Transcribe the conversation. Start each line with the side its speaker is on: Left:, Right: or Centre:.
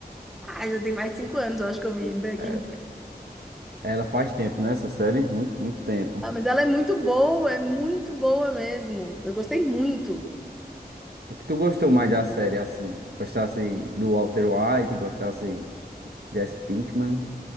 Centre: ah, já tem mais de cinco anos, eu acho que eu vi Breaking
Right: É, ela faz tempo, né, essa série? Muito, muito tempo.
Centre: Ah, mas ela é muito boa, é muito boa mesmo. Eu gostei muito.
Right: O que tu gostou mais da série, assim? Gostasse do Walter White, gostasse Jesse Pinkman?